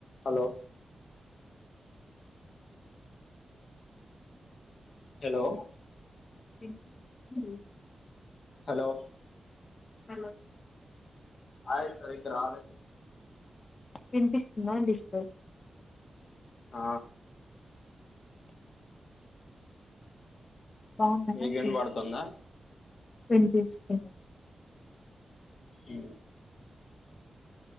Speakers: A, on the left; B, on the left.
A: Hello hello
B: వినిపిస్తుందా అండి.
A: Hello
B: hello
A: voice సరిగ్గా రాలేదు
B: వినిపిస్తుందండి ఇప్పుడు
A: ఆ
B: బాగుందా
A: మీకు
B: అండి
A: వినపడుతుందా
B: వినిపిస్తుంది
A: ఉ